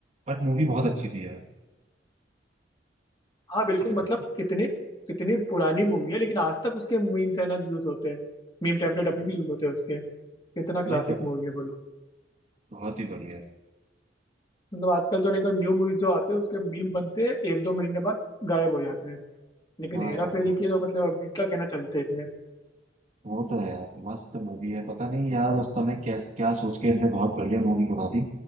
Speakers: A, on the right (about 40°); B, on the left (about 25°).
A: बट मूवी बहुत अच्छी थी यार
B: हाँ बिल्कुल
A: क्या
B: मतलब
A: बोलूं?
B: कितनी कितनी पुरानी मूवी है लेकिन आज तक उसके मीम्स है ना यूज होते हैं मीम टेम्पलेट अभी भी यूज होते हैं उसके कितना
A: वही
B: क्लासिक
A: तो
B: मूवी है बोलो
A: बहुत ही बढ़िया
B: मतलब आजकल तो नहीं तो न्यू मूवीज जो आते हैं उसके मीम बनते हैं एक दो महीने बाद गायब हो जाते हैं लेकिन
A: हाँ
B: हेरा
A: हाँ
B: फेरी
A: हाँ
B: के तो मतलब अभी तक है ना चलते इतने
A: वो तो है यार मस्त मूवी है पता नहीं यार उस समय क्या क्या सोच के इनने बहुत बढ़िया मूवी बना दी